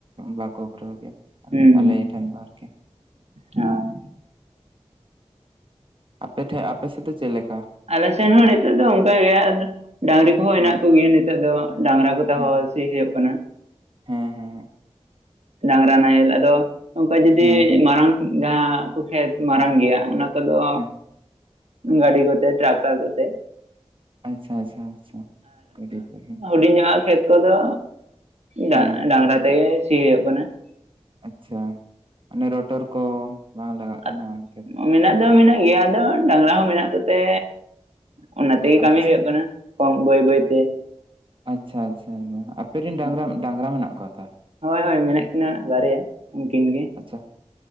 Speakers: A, on the right (about 50°); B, on the right (about 70°).
A: ᱵᱟᱠᱚ ᱠᱚᱨᱟᱣ ᱜᱮᱭᱟ,
B: ᱦᱩᱸ
A: ᱟᱞᱮ ᱴᱷᱮᱱ ᱫᱚ <inaudible> ᱦᱮᱸ,
B: ᱦᱳᱭ
A: ᱟᱯᱮ ᱴᱷᱮᱡ ᱟᱯᱮ ᱥᱮᱫ ᱫᱚ ᱪᱮᱫ ᱞᱮᱠᱟ?
B: ᱟᱞᱮ ᱥᱮᱱ ᱦᱚᱸ ᱱᱤᱛᱚᱜ ᱫᱚ ᱚᱱᱠᱟ ᱜᱮ ᱟᱨ ᱰᱟᱝᱨᱤ ᱠᱚᱦᱚᱸ ᱦᱮᱱᱟᱜ
A: ᱦᱮᱸ
B: ᱠᱚᱜᱮᱭᱟ ᱱᱤᱛᱚᱜ ᱫᱚ ᱰᱟᱝᱨᱟ ᱠᱚᱛᱟ
A: ᱦᱮᱸ
B: ᱦᱚᱭᱼᱼ ᱥᱤ ᱦᱩᱭᱩᱜ ᱠᱟᱱᱟ ᱾
A: ᱦᱮᱸ ᱦᱮᱸ ᱾
B: ᱰᱟᱝᱨᱟ ᱱᱟᱦᱮᱞ ᱟᱫᱚ, ᱚᱱᱠᱟ ᱡᱩᱫᱤ
A: ᱦᱮᱸ ᱦᱮᱸ
B: ᱢᱟᱨᱟᱝ ᱡᱟᱦᱟᱸ ᱠᱚ ᱠᱷᱮᱛ ᱢᱟᱨᱟᱝ ᱜᱮᱭᱟ ᱚᱱᱟᱼᱼ <inaudible> ᱫᱚ
A: ᱦᱮᱸ
B: ᱜᱟᱹᱰᱤ ᱠᱚᱛᱮ ᱴᱨᱟᱠᱴᱟᱨ ᱠᱚᱛᱮ ᱾
A: ᱟᱪᱪᱷᱟ ᱟᱪᱪᱷᱟ ᱟᱪᱪᱷᱟ, ᱜᱟᱹᱰᱤ <unintelligible>
B: ᱦᱩᱰᱤᱧᱚᱜᱟᱜ ᱠᱷᱮᱛ ᱠᱚᱫᱚ ᱰᱟ
A: ᱦᱮᱸ
B: ᱰᱟᱝᱨᱟ ᱛᱮᱜᱮ ᱥᱤ ᱦᱩᱭᱩᱜ ᱠᱟᱱᱟ ᱾
A: ᱟᱪᱪᱷᱟ, ᱚᱱᱮ ᱨᱚᱴᱚᱨ ᱠᱚ ᱵᱟᱝ ᱞᱟᱜᱟᱜ
B: ᱦᱳᱭ
A: ᱠᱟᱱᱟ ᱠᱷᱮᱛᱼᱼ
B: ᱢᱮᱱᱟᱜ ᱫᱚ ᱢᱮᱱᱟᱜ ᱜᱮᱭᱟ ᱟᱫᱚ ᱰᱟᱝᱨᱟ ᱦᱚᱸ ᱢᱮᱱᱟᱜ ᱠᱚᱛᱮ, ᱚᱱᱟ ᱛᱮᱜᱮ
A: ᱟᱪᱪᱷᱟ
B: ᱠᱟᱹᱢᱤ ᱦᱩᱭᱩᱜ ᱠᱟᱱᱟ ᱾ ᱠᱚᱢ ᱵᱟᱹᱭ ᱵᱟᱹᱭ ᱛᱮ ᱾
A: ᱟᱪᱪᱷᱟ ᱟᱪᱪᱷᱟ, ᱟᱯᱮᱨᱮ ᱨᱮᱱ
B: ᱦᱳᱭ
A: ᱰᱟᱝᱨᱟ, ᱰᱟᱝᱨᱟ ᱢᱮᱱᱟᱜ ᱠᱚᱣᱟ ᱛᱚ ᱾
B: ᱦᱳᱭ ᱢᱮᱱᱟᱜ ᱠᱤᱱᱟ ᱵᱟᱨᱭᱟ, ᱩᱱᱠᱤᱱ ᱜᱮ ᱾
A: ᱟᱪᱪᱷᱟ